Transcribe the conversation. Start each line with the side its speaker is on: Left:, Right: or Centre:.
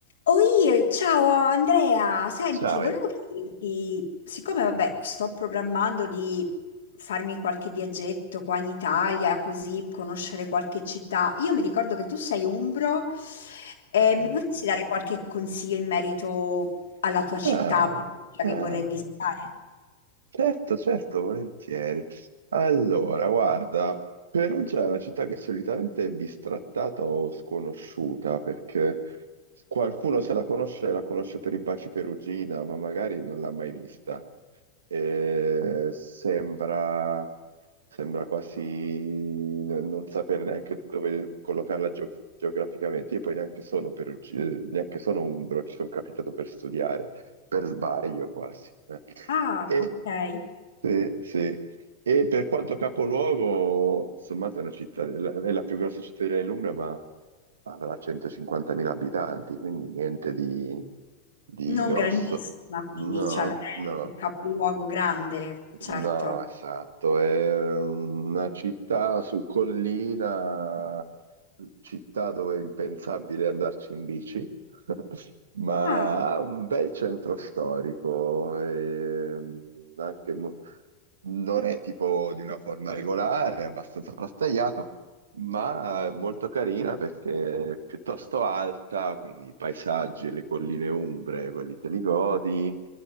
Left: Oi, ciao Andrea, senti,
Right: Sabe.
Left: volevo chiederti, siccome vabbè, sto programmando di farmi qualche viaggetto qua in Italia, così conoscere qualche città, io mi ricordo che tu sei umbro, e mi
Right: Mm.
Left: potresti dare qualche consiglio in merito alla tua città
Right: Ah,
Left: preferita
Right: ah.
Left: che vorrei visitare?
Right: Certo, certo, volentieri. Allora, guarda, Perugia è una città che solitamente è bistrattata o sconosciuta, perché qualcuno se la conosce, la conosce per i baci Perugina, ma magari non l'ha mai vista. Eh, sembra, sembra quasi n- non sapere neanche dove collocarla geo- geograficamente. Io poi neanche sono perugino, neanche sono umbro, ci sono capitato per studiare per sbaglio quasi. eh.
Left: Ah,
Right: E,
Left: ok.
Right: sì, sì. E per quanto capoluogo, sommato è una città, è la è la più grossa cittadina dell'Umbria, ma avrà 150.000 abitanti, quindi niente di, di
Left: Non
Right: grosso.
Left: grandissima, quindi,
Right: No,
Left: cioè non è
Right: no.
Left: un capoluogo grande, certo.
Right: No, esatto, è una città su collina, città dove è impensabile andarci in bici, <laughs> ma
Left: Ah.
Right: ha un bel centro storico, e anche mo- non è tipo di una forma regolare, è abbastanza frastagliato, ma è molto carina perché è piuttosto alta, quindi i paesaggi e le colline umbre, quelli te li godi